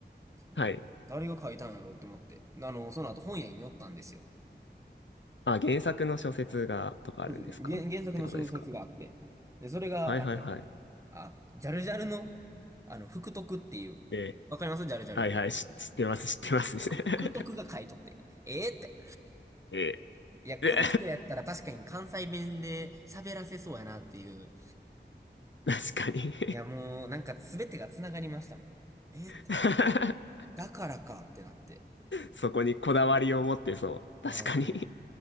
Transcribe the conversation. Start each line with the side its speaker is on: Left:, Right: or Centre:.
Right: うん誰が書いたんやろうと思って、
Left: はい。
Right: あの、その後本屋に寄ったんですよ。
Left: あ、原作の小説が、とかあるんですかってことですか
Right: そうですね。原、原作の小説があって、で、それが、
Left: はいはいはい。
Right: あの、あ、ジャルジャルの、あの、福徳っていう、
Left: ええ、
Right: わかりますジャルジャル。
Left: はいはい、し知ってます、知ってます。<laughs>
Right: ふ福徳が書いとって、ええって。
Left: え
Right: <laughs> いや、この人やったら確かに関西弁で喋らせそうやなっていう、
Left: え、で <laughs> 確かに
Right: いや、もう、なんか全てが繋がりましたもん。え、
Left: <laughs>
Right: だからかってなって。
Left: そこにこだわりを持ってそう。確かに
Right: うん、もう、